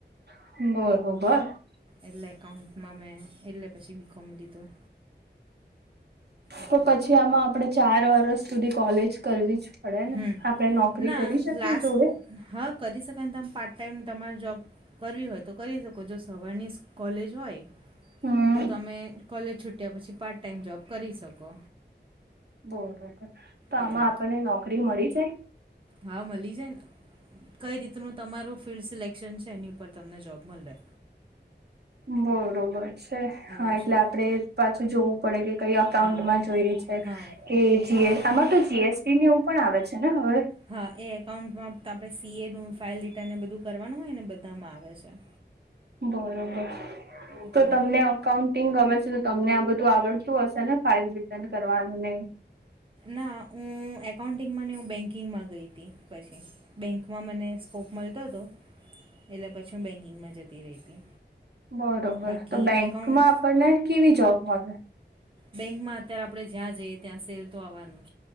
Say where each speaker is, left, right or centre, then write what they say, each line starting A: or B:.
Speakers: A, on the right; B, on the right.
A: બરોબર
B: એટલે એકાઉન્ટમાં મેં એટલે પછી બીકોમ લીધું એટલે
A: તો પછી આમાં આપણેે ચાર વર્ષ સુધી કોલેજ કરવી પડે ને
B: હમ
A: આપણે નોકરી
B: ના
A: કરી શકીએ
B: લાસ્ટ
A: જોડે.
B: હા કરી શકાય તમે પાર્ટ ટાઈમ તમારે જોબ કરવી હોય તો કરી શકો જો સવારની કોલેજ હોય
A: હમ
B: તો તમે કોલેજ છૂટ્યા પછી પાર્ટ ટાઈમ જોબ કરી શકો.
A: બરોબર તો આમાં
B: એટલે
A: આપણને નોકરી મળી જાય.
B: હા મલી જાયને. કઈ રીતનું તમારું ફિલ્ડ સિલેક્શન છે એની ઉપર તમને જોબ મલે.
A: બરોબર. છે હા
B: એવું
A: એટલે
B: છે
A: આપડણે પાછું જોવું પડે કે કઈ અકાઉન્ટમાં
B: હા
A: જોઈએ છે
B: હા
A: એ જીએસ આમાં તો જીએસટી ને એવું પણ આવે છે ને હવે.
B: હા એ એકાઉન્ટમાં આપણે સીએ નું ફાઇલ રિટર્ન એ બધું કરવાનું હોય ને બધામાં આવે છે.
A: બરોબર
B: એટલે
A: તો તમને અકાઉન્ટ ટિંગ ગમે છે તો તમને આ બધું આવડતું હશે ને ફાાઈલ રિટર્ન કરવાનું ને.
B: ના હું એકાઉન્ટિંગમાં ની હું બેન્કિંગમાં ગઈ હતી પછી. બેન્કમાં મને સ્કોપ મળતો હતો એટલે પછી હું બેન્કિંગમાં જતી હતી.
A: બરોબર
B: બાકી
A: તો બેંકમાં
B: એકાઉન્ટ
A: આપણને કેવી જોબ મલે.
B: બેંકમાં અત્યારે આપણે જીયા જઈએ ત્યાં સેલ તો આવવાનું